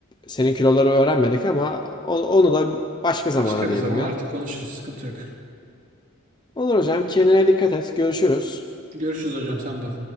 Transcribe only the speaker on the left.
senin kiloları öğrenmedik ama o- onu da başka zamana
diyelim
ya.
Olur hocam, kendine dikkat et. Görüşürüz.